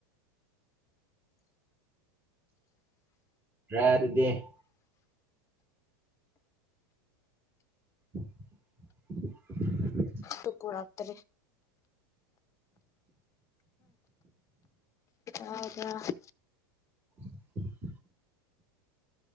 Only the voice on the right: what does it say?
ꯌꯥꯔꯗꯤ <unintelligible> <unintelligible>
ꯎ <unintelligible>